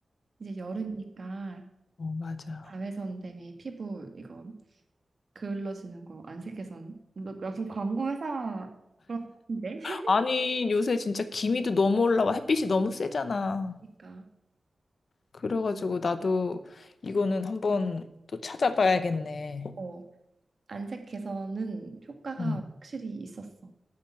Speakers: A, on the right (about 55°); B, on the left (about 75°).
A: 이제 여름이니까
B: 어, 맞아요.
A: 자외선 때문에 피부 이거 그을러지는 거 안색개선 너 무슨 광고 회사 그런 거 같은데? <laughs>
B: 아니, 요새 진짜 기미도 너무 올라와. 햇빛이 너무 세잖아.
A: 그러니까
B: 그래가지고 나도 이거는 한번 또 찾아봐야겠네.
A: 어 안색개선은 효과가
B: 음,
A: 확실히 있었어.